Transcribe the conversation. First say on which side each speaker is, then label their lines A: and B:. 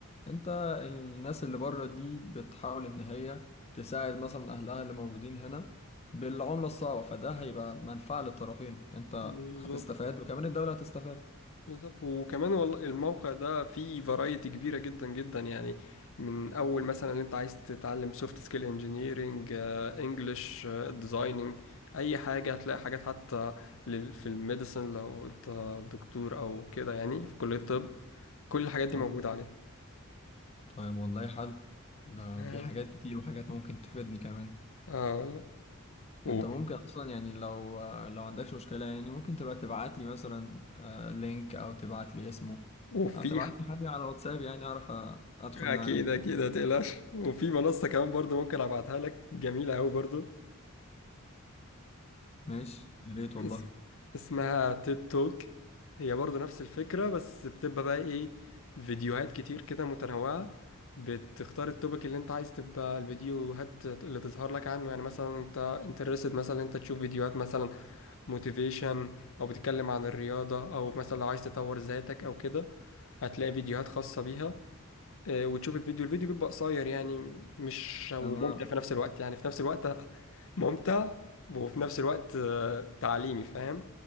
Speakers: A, on the left (about 30°); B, on the left (about 65°).
A: انت الناس اللي بره دي بتحاول ان هي تساعد مثلا اهلها اللي موجودين هنا بالعملة الصعبة فده هيبقى منفعة للطرفين انت
B: بالظبط
A: هتستفاد وكمان الدولة هتستفاد
B: بالظبط وكمان والله الموقع ده فيه فرايتي كبيرة جدا جدا يعني من أول مثلا اللي أنت عايز تتعلم سوفت سكيل انجينيرنج انجلش ديزايننج أي حاجة هتلاقي حاجات حتى لل- في الميديسن لو أنت دكتور أو كده يعني في كلية الطب كل الحاجات دي
A: اه
B: موجودة عليه
A: طيب والله حلو ده
B: تمام.
A: في حاجات كتير وحاجات ممكن تفيدني كمان
B: اه والله. و-
A: انت ممكن اصلا يعني لو لو عندكش مشكله يعني ممكن تبقى تبعت لي مثلا آه، لينك او تبعت لي اسمه
B: وفي
A: او تبعت لي حاجه على واتساب يعني اعرف أ- ادخل
B: أكيد
A: من عليها
B: أكيد متقلقش وفي منصة كمان برضو ممكن أبعتها لك جميلة أوي برضو
A: ماشي يا ريت والله
B: اس... اسمها تيد توك هي برضو نفس الفكرة بس بتبقى بقى ايه فيديوهات كتير كده متنوعة بتختار التوبيك اللي انت عايز تبقى الفيديوهات اللي تظهر لك عنه يعني مثلا انت انترستد مثلا انت تشوف فيديوهات مثلا موتيفيشن او بتتكلم عن الرياضة او مثلا لو عايز تطور ذاتك او كده هتلاقي فيديوهات خاصة بيها آه، وتشوف الفيديو الفيديو بيبقى قصير يعني مش وممتع
A: انا
B: في نفس الوقت يعني في نفس الوقت ممتع وفي نفس الوقت آه، تعليمي فاهم